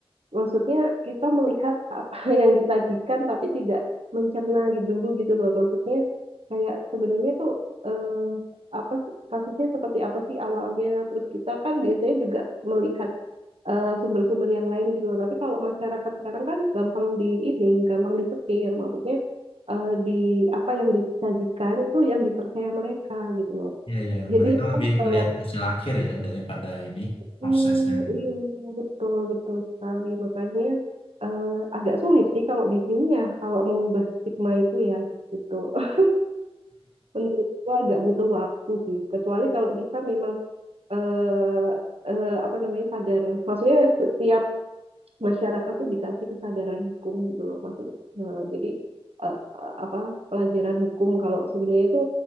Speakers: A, on the right; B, on the left.
A: Maksudnya kita melihat apa <laughs> yang disajikan tapi tidak mencerna gitu dulu gitu loh. Maksudnya kayak sebenarnya tuh eh, apa sih- kasusnya seperti apa sih awalnya. Terus kita kan biasanya juga melihat eh, sumber-sumber yang lain gitu loh. Tapi kalau masyarakat sekarang kan gampang di ini, gampang disetir, maksudnya eh, di apa yang disajikan itu yang dipercaya mereka gitu loh.
B: ya ya
A: Jadi
B: mereka lebih
A: kan kalau
B: melihat hasil akhir ya daripada ini prosesnya
A: Mm,
B: gitu
A: iya betul betul sekali makanya eh, agak sulit sih kalau di sini ya kalau mengubah stigma itu ya gitu. <laughs> Menurutku agak butuh waktu sih. Kecuali kalau kita memang eh eh, apa namanya sadar. Maksudnya setiap masyarakat tuh dikasih kesadaran hukum gitu loh maksud eh, jadi eh, eh, apa pelajaran hukum kalau sebenarnya itu